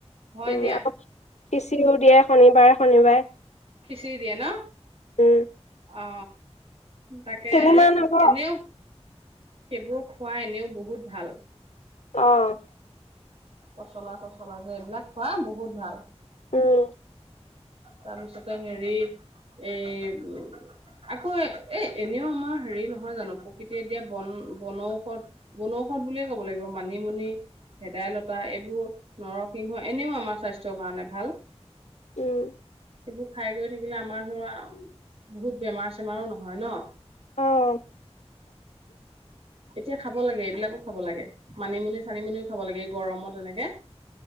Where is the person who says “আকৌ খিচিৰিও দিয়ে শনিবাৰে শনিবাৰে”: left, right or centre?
Left